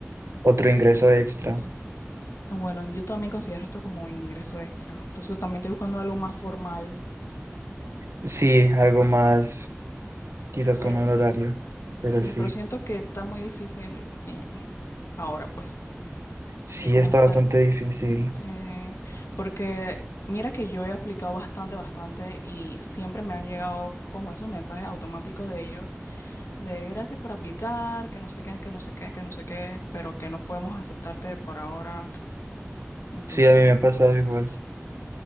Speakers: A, on the right; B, on the left.
A: otro ingreso extra.
B: Ah, Bueno, yo también considero esto como ingreso extra. Entonces también estoy buscando algo más formal.
A: Sí, algo más. quizás con
B: Pero
A: un horario, pero
B: sí,
A: sí,
B: pero siento que está muy difícil eh, ahora, pues,
A: sí
B: de cómo
A: está
B: está
A: bastante
B: el...
A: difícil.
B: sí, porque mira que yo he aplicado bastante, bastante y siempre me han llegado como esos mensajes automáticos de ellos de gracias por aplicar, que no sé qué, que no sé qué, que no sé qué, pero que no podemos aceptarte por ahora. Y entonces,
A: Sí, a mí me ha pasado igual.